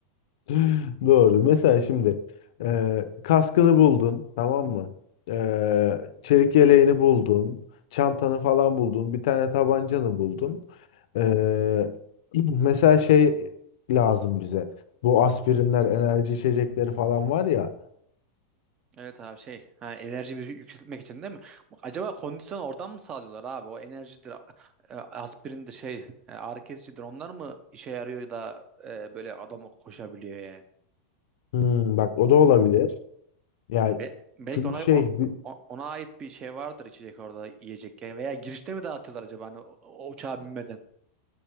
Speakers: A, on the left; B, on the right.
A: <laughs> Doğru. Mesela şimdi e, kaskını buldun, tamam mı? E, çelik yeleğini buldun, çantanı falan buldun, bir tane tabancanı buldun. E, <clears throat> mesela şey lazım bize. Bu aspirinler, enerji içecekleri falan var ya.
B: Evet abi şey ha, enerjimizi yükseltmek için değil mi? Bak, Acaba kondisyon oradan mı sağlıyorlar abi? O enerjidir, a- e, aspirindir şey, e, ağrı kesicidir. Onlar mı işe yarıyor da e, böyle adam koşabiliyor yani?
A: Hmm, bak o da olabilir. Yani
B: Ya be- belki
A: çünkü
B: ona
A: şey,
B: o-
A: bi-
B: o- ona ait bir şey vardır içecek orada yiyecek yani. Veya girişte mi dağıtıyorlar acaba hani o o uçağa binmeden?